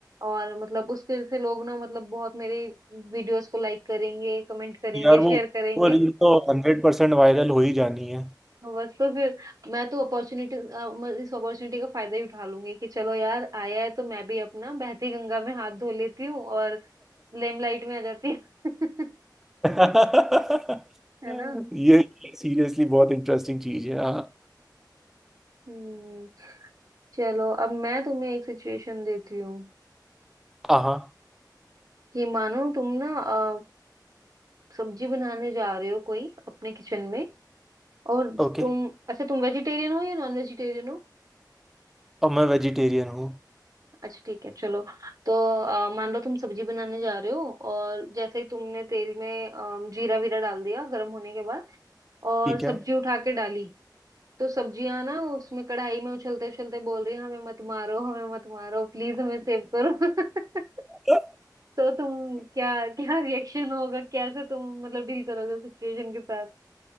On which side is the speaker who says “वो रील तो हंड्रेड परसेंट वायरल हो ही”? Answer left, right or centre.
Centre